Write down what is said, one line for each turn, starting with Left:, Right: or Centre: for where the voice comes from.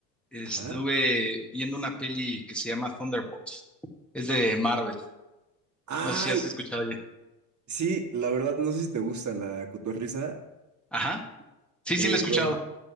Centre: Estuve
Right: Ajá.
Centre: viendo una peli que se llama Thunderbolts. Es de Marvel.
Right: Ay,
Centre: No sé si has escuchado ya.
Right: sí, la verdad, no sé si te gusta la cotorrisa.
Centre: Ajá. Sí,
Right: Eh,
Centre: sí, la he escuchado.
Right: bueno,